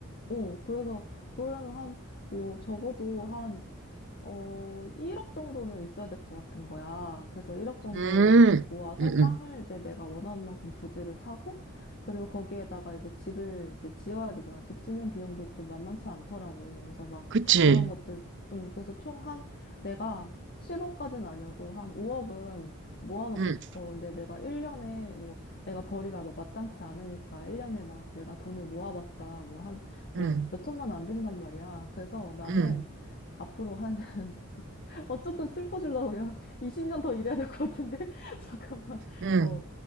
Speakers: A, on the left; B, on the right.
A: 어 그래서 그러려면 한 뭐 적어도 한 어, 1억 정도는 있어야 될 것 같은 거야. 그래서 1억 정도
B: 음.
A: 모아서
B: 응응.
A: 땅을 이제 내가 원하는 만큼 부지를 사고, 그리고 거기에다가 이제 집을 이제 지어야 되잖아. 집 짓는 비용도 또 만만치 않더라고. 그래서 막
B: 그치.
A: 그런 것들, 음, 그래서 총 한, 내가 10억까지는 아니어도 한 5억은 모아놓고
B: 응.
A: 싶어. 근데 내가 1년에 뭐 내가 벌이가 막 마땅치 않으니까 1년에 막 내가 돈을 모아봤자 뭐 한, 뭐
B: 응.
A: 몇천만 원 안 된단 말이야. 그래서 나는
B: 응.
A: 앞으로 한 <laughs> 어쨌건 슬퍼지려고 그래. 한 20년 더 일해야 될 것 같은데? <laughs> 잠깐만.
B: 응.
A: 어,